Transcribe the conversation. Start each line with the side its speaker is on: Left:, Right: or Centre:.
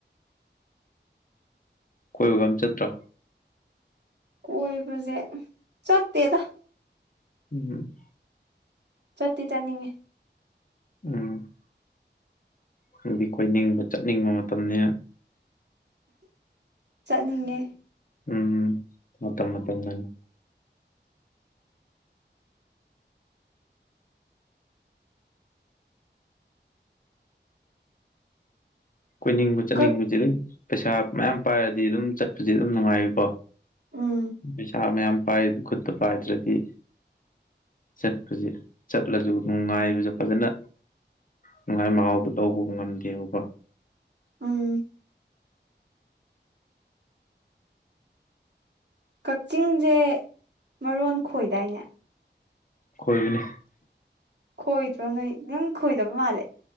Left: ꯀꯣꯏꯕꯒ ꯑꯃ ꯆꯠꯇ꯭ꯔꯣ
Right: ꯀꯣꯏꯕꯁꯦ ꯆꯠꯇꯦꯗ
Left: ꯎꯝ
Right: ꯆꯠꯇꯤ ꯆꯥꯠꯅꯤꯡꯉꯦ
Left: ꯎꯝ ꯅꯣꯏꯗꯤ ꯀꯣꯏꯅꯤꯡꯕ ꯆꯠꯅꯤꯡꯕ ꯃꯇꯝꯅꯤꯅ
Right: ꯆꯠꯅꯤꯡꯉꯦ
Left: ꯎꯝ ꯃꯥꯇꯝ ꯃꯥꯇꯝ ꯅꯅꯤ ꯀꯣꯏꯅꯤꯡꯕ ꯆꯠꯅꯤꯡꯕꯁꯦ
Right: ꯈ
Left: ꯑꯗꯨꯝ ꯄꯩꯁꯥ ꯃꯌꯥꯝ ꯄꯥꯏꯔꯗꯤ ꯑꯗꯨꯝ ꯆꯠꯄꯁꯦ ꯑꯗꯨꯝ ꯅꯨꯡꯉꯥꯏꯕꯀꯣ
Right: ꯎꯝ
Left: ꯄꯩꯁꯥ ꯃꯥꯌꯥꯝ ꯄꯥꯏ ꯈꯨꯠꯇ ꯄꯥꯏꯗꯔ꯭ꯗꯤ ꯆꯠꯄꯁꯦ ꯆꯠꯂꯁꯨ ꯅꯨꯡꯉꯥꯏꯕꯁꯨ ꯐꯖꯅ ꯅꯨꯡꯉꯥꯏ ꯃꯍꯥꯎꯗꯨ ꯂꯧꯕ ꯉꯝꯗꯦꯕꯀꯣ
Right: ꯎꯝ ꯀꯛꯆꯤꯡꯁꯦ ꯃꯔꯣꯟ ꯈꯣꯏꯗꯥꯏꯅꯦ
Left: ꯀꯣꯏꯕꯅꯤ
Right: ꯈꯣꯏꯗ꯭ꯔꯣ ꯅꯣꯏ ꯅꯪ ꯈꯣꯏꯗꯕ ꯃꯥꯜꯂꯦ